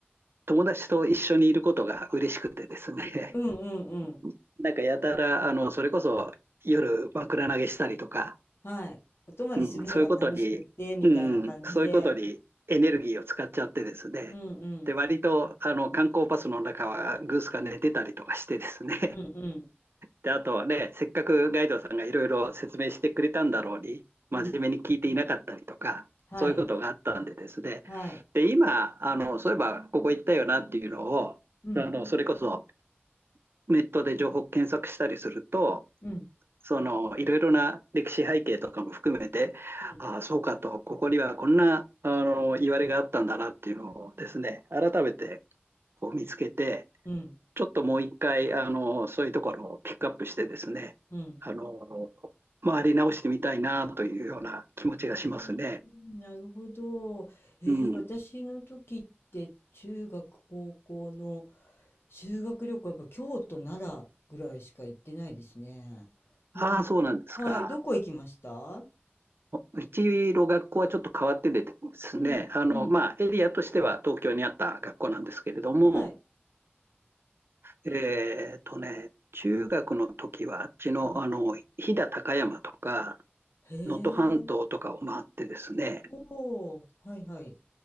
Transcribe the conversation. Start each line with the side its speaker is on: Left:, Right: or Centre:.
Right: 友達と一緒にいることが嬉しくてですね、
Left: うんうんうん
Right: <laughs> なんかやたら、あの、それこそ夜枕投げしたりとか、
Left: はいお泊まりするのが楽しくってみたいな感じで
Right: うん、そういうことに、うん、そういうことにエネルギーを使っちゃってですね、
Left: うんうん
Right: で、割と、あの、観光バスの中はグースが寝てたりとかしてですね、
Left: うんうん
Right: で、あとね、せっかくガイドさんがいろいろ説明してくれたんだろうに、真面目に聞いていなかったりとか、
Left: うんはい、
Right: そういうことがあったんでですね。
Left: はい。
Right: で、今、あの、そういえばここ行ったよなっていうのを、
Left: うん、
Right: あの、それこそネットで情報検索したりすると、
Left: うん、
Right: その、いろいろな歴史背景とかも含めて、
Left: うん、
Right: ああ、そうかと、ここにはこんな、あの、言われがあったんだなっていうのをですね、改めてこう見つけて、
Left: うん、
Right: ちょっともう一回、あの、そういうところをピックアップしてですね、
Left: うん。
Right: あの、回り直してみたいなというような気持ちがしますね。
Left: うーん、なるほど。えー、
Right: うん。
Left: 私の時って中学、高校の修学旅行はやっぱ京都、奈良ぐらいしか行ってないですね。うん、
Right: ああ、そうなんですか。
Left: ど、はい、どこ行きました
Right: うちの学校はちょっと変わっててですね、
Left: うん、
Right: あの、
Left: うん、
Right: まあ、エリアとしては東京にあった学校なんですけれども、
Left: はい。
Right: えっとね、中学の時はあっちの、
Left: うん、
Right: あの、飛騨高山とか、
Left: へえ、
Right: 能登半島とかを回ってですね、
Left: おー、はいはい。